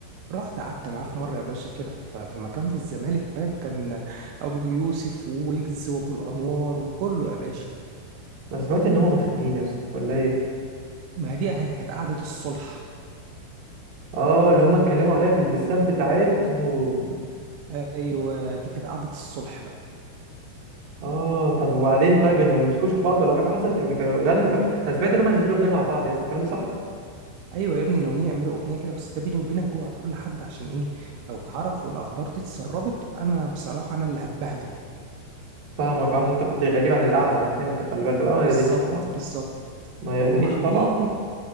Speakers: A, on the right; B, on the right.
A: رحت قعدت معاه في مره يا باشا كده في في مكان في الزمالك فاهم كان ابو يوسف وويجز وابو الانوار وكله يا باشا
B: انا سمعت ان هم متخانقين يا اسطى ولا ايه
A: ما دي كانت قعده الصلح
B: اه اللي هم اتكلموا عليها في الدسات بتاعتهم
A: ايوه دي كانت قعده الصلح بقى
B: اه طب وبعدين طيب ان ما مسكوش في بعض ولا حاجه حصلت يعني كانوا غنوا طب انا سمعت ان هم هينزلوا اغنيه مع بعض يا اسطى الكلام ده صح
A: ايوه يا ابني ناويين يعملوا اغنيه كده بس ده بيني وبينك اوعى تقول لحد عشان ايه لو اتعرف والاخبار دي اتسربت انا بصراحه انا اللي هتبهدل
B: فاهمك آه، عشان انت كنت غريب عن القعده انا فهمت خلي بالك لا ما
A: بالظبط
B: يدنيش طبعا
A: بالظبط
B: ما
A: فهم
B: يدنيش
A: عاملين
B: طبعا